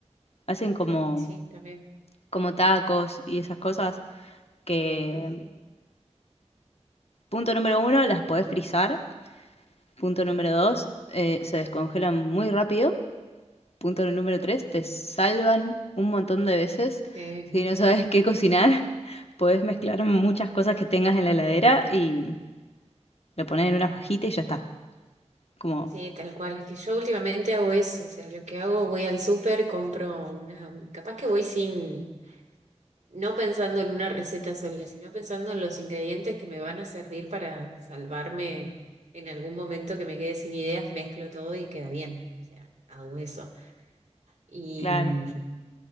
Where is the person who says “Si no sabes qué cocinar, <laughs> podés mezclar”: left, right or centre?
Left